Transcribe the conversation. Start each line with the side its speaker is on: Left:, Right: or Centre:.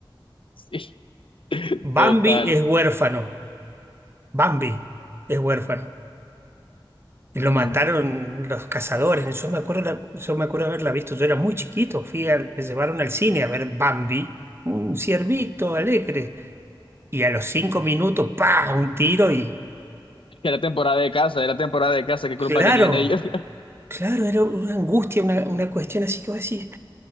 Left: Sí,
Right: Bambi
Left: total.
Right: es huérfano, Bambi es huérfano. Y lo
Left: Mm.
Right: mataron los cazadores. Yo me acuerdo, la- yo me acuerdo haberla visto, yo era muy chiquito, fui al- me llevaron al cine a ver Bambi, un ciervito alegre. Y a los cinco minutos, ¡pa! Un tiro y...
Left: Que era temporada de casa, era temporada de casa, ¿qué culpa
Right: Claro,
Left: tenían ellos? <laughs>
Right: claro, era una angustia, una, una cuestión así que vos decís.